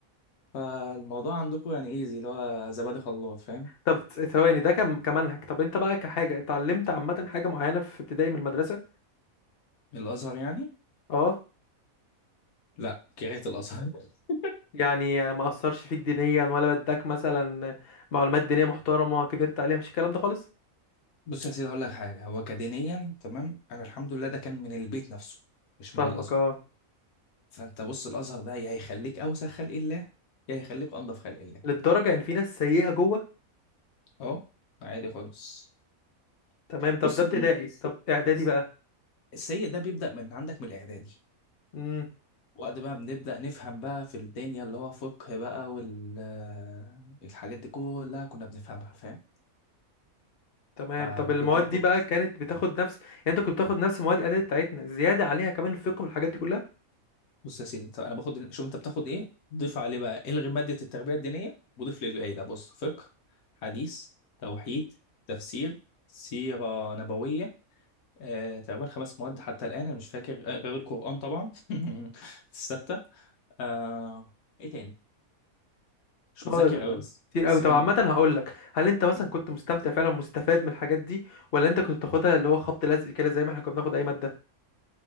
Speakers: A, on the left (about 80°); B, on the left (about 45°).
A: فالموضوع عندكم يعني ايزي اللي هو زبادي خلاط فاهم
B: طب ثواني ده كم كمنهج طب انت بقى كحاجة اتعلمت عامة حاجة معينة في ابتدائي من المدرسة؟
A: الازهر يعني
B: اه
A: لا كرهت الازهر <laughs>
B: يعني ما اثرش فيك دينيا ولا بدك مثلا معلومات دينيه محترمه كبرت عليها مفيش الكلام ده خالص
A: بص يا سيدي هقول لك حاجه هو كدينيا تمام انا الحمد لله ده كان من البيت نفسه مش
B: فاهمك
A: من الازهر
B: اه
A: فانت بص الازهر ده يا هيخليك اوسخ خلق الله يا هيخليك انضف خلق الله
B: للدرجه ان في ناس سيئه جوه
A: اه عادي خالص
B: تمام طب
A: بص
B: ده ابتدائي
A: دي الس-
B: طب اعدادي
A: الس-
B: بقى
A: السيء ده بيبدا من عندك من الاعدادي
B: امم
A: وقت بقى بنبدا نفهم بقى في الدنيا اللي هو فقه بقى والحاجات دي كلها كنا بنفهمها فاهم
B: تمام
A: فانا
B: طب المواد
A: كنت باخد
B: دي بقى كانت بتاخد نفس يعني انت كنت بتاخد نفس مواد اعدادي بتاعتنا زياده عليها كمان الفقه والحاجات دي كلها
A: بص يا سيدي انت انا باخد شوف انت بتاخد ايه ضيف عليه بقى الغي ماده التربيه الدينيه وضيف لي الباقي ده بص فقه حديث توحيد تفسير سيره نبويه آه، تقريبا خمس مواد حتى الآن أنا مش فاكر آه، غير القرآن طبعا <laughs> الستة آه، إيه تاني مش
B: اه
A: متذكر
B: ده
A: أوي بس
B: كتير
A: بس
B: قوي طب
A: كان
B: عامه هقول لك هل انت مثلا
A: مم.
B: كنت مستمتع فعلا مستفاد من الحاجات دي ولا انت كنت بتاخدها اللي هو خبط لزق كده زي ما احنا كنا بناخد اي ماده